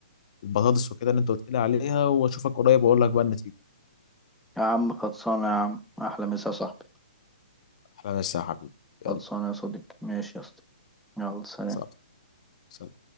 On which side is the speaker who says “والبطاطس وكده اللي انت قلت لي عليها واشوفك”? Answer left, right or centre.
Left